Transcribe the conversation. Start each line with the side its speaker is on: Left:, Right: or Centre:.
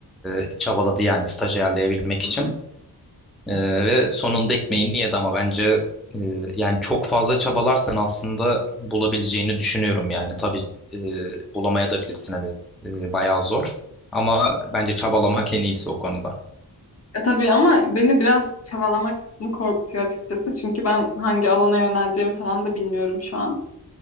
Centre: e, çabaladı yani staj ayarlayabilmek
Left: Hı
Centre: için.
Left: hı.
Centre: Ee, ve sonunda ekmeğini yedi ama bence e, yani çok fazla çabalarsan aslında bulabileceğini düşünüyorum yani. Tabii e, bulamaya da bilirsin hani e, bayağı zor. Ama bence çabalamak en iyisi o konuda.
Left: E tabii ama beni biraz çabalamak mı korkutuyor açıkçası. Çünkü ben hangi alana yöneleceğimi falan da bilmiyorum şu an.